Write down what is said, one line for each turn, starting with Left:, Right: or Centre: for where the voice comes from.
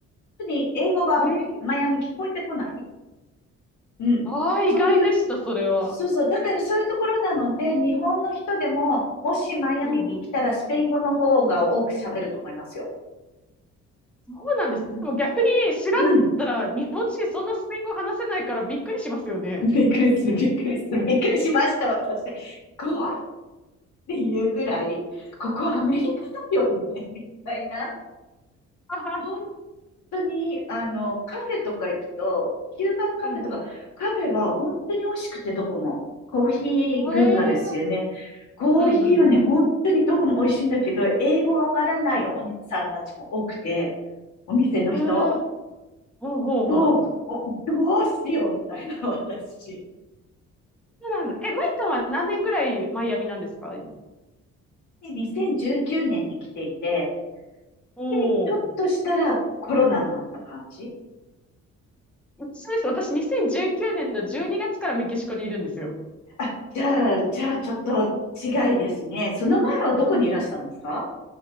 Left: 特に英語がマイアミ聞こえてこない。
Centre: えー、
Left: うん。
Centre: ああ、意外でした、
Left: そういう、
Centre: それは。
Left: そうそう。だからそういうところなので、日本の人でも、もしマイアミに来たらスペイン語の方が多く喋ると思いますよ。
Centre: うんうん。そうなんです。でも逆に知らなかったら、
Left: うん。
Centre: 日本人そんなスペイン語話せないからびっくりしますよね。
Left: びっくりする、びっくりする、びっくりしました、私ね。こうっていうぐらい、ここアメリカだよね、みたいな。
Centre: あは、
Left: 同本当に、あの、カフェとか行くと、キューバンカフェとか、
Centre: うんう
Left: カフェは本当に美味しくてどこも。コーヒー文化ですよね。
Centre: ん。えー、
Left: コーヒーはね、
Centre: うんうんうん。
Left: 本当にどこも美味しいんだけど、英語わからないお姉さんたちも多くて、
Centre: はい。
Left: お店の人、
Centre: えー、ほうほうほう。
Left: もう、おどうしようみたいな私。
Centre: そうなんだ。え、マイさんは何年ぐらいマイアミなんですか
Left: で、2019年に来ていて、
Centre: おお
Left: で、ちょっとしたらコロナになった感じ。
Centre: ー、そうです。私、2019年の12月からメキシコにいるんですよ。
Left: あ、じゃあ、じゃあちょっと違いですね。その前はどこにいらしたんですか